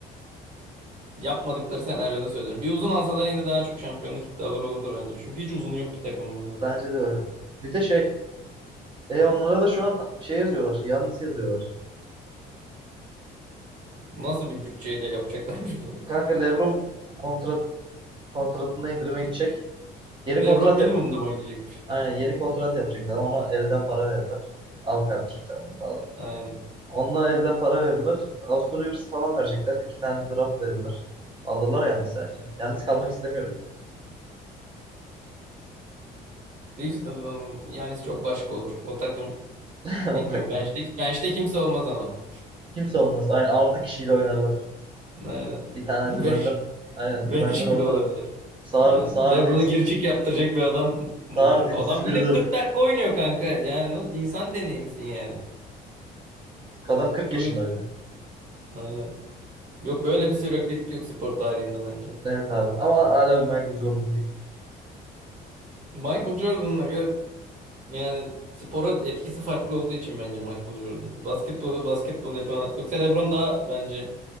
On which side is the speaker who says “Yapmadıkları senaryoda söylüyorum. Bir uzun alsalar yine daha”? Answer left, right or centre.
Right